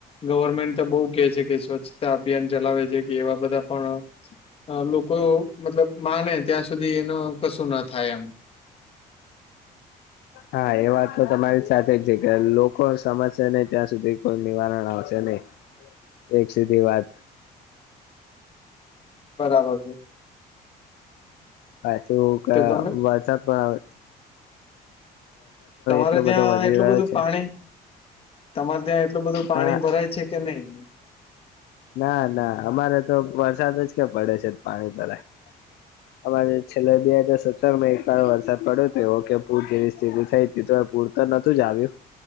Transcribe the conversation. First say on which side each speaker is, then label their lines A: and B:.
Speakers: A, on the left; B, on the left.
A: ગવર્મેન્ટ તો બહુ કે છે, કે સ્વચ્છતા અભિયાન ચલાવે છે, કે એવા બધા પણ લોકો મતલબ માને ત્યાં સુધી એનો કશું ના થાય એમ.
B: હા એ વાત તો તમારી સાથે જ છે, કે લોકો સમજશે નહી ત્યાં સુધી કોઈ નિવારણ આવશે. ન એક સીધી વાત.
A: બરાબર છે.
B: હછું કે
A: તો તમે
B: વરસાદ પણ આવે.
A: તમારે
B: એટલો
A: ત્યાં
B: બધો વધી
A: એટલું
B: રહ્યો
A: બધું
B: છે
A: પાણી તમારે ત્યાં એટલું બધું પાણી
B: ના
A: ભરાય છે, કે નહી?
B: ના ના અમારે તો વરસાદ જ કે પડે છે, પાણી ભરાય.
A: <inaudible>
B: અમારે છેલ્લા બે હાજાર સત્તર માં એક વાર વરસાદ પડ્યો હતો એવ કે પૂર જેવી સ્થિતિ થઈ હતી તો પૂર તો નથી જ આવ્યું